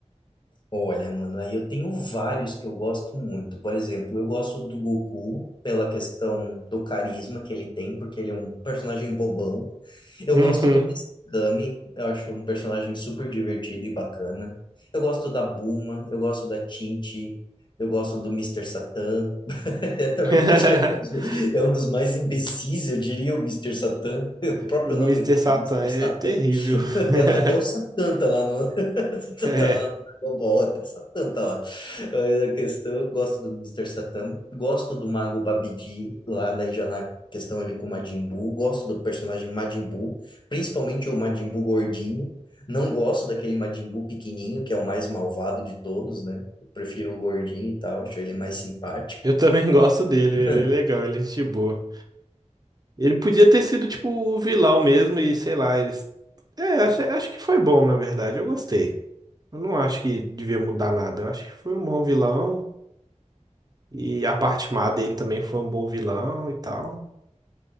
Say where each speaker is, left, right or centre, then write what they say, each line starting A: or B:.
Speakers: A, on the left; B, on the right.
A: Olha, mano, aí eu tenho vários que eu gosto muito. Por exemplo, eu gosto do Goku pela questão do carisma que ele tem, porque ele é um personagem bobão. Eu
B: Uhum.
A: gosto do Mestre Kami, eu acho um personagem super divertido e bacana. Eu gosto da Bulma, eu gosto da Tinte, eu gosto do Mister Satan. <laughs> Na
B: <laughs>
A: verdade, é um dos é um dos mais imbecis, eu diria, o Mister Satan. <laughs> O próprio
B: O
A: nome
B: Mister
A: dele,
B: Satan
A: Mister
B: é
A: Satan.
B: terrível.
A: <laughs>
B: <laughs>
A: Até, até o Satã tá lá no, <laughs>
B: É,
A: Tá lá no Dragon Ball, até Satã tá lá. Mas a questão, eu gosto do mister satã gosto do Mago Babidi, lá daí já na questão ele com o Majin Buu, gosto do personagem Majin Buu, principalmente o Majin Buu gordinho. Não gosto daquele Majin Buu pequenininho, que é o mais malvado de todos, né? Eu prefiro o gordinho e tal, acho ele mais simpático.
B: eu também <laughs> gosto dele, ele
A: <laughs>
B: é legal, ele é gente boa. Ele podia ter sido tipo o vilão mesmo e sei lá, eles. É, acho, acho que foi bom, na verdade, eu gostei. Eu não acho que devia mudar nada, eu acho que foi um bom vilão e a parte má dele também foi um bom vilão e tal.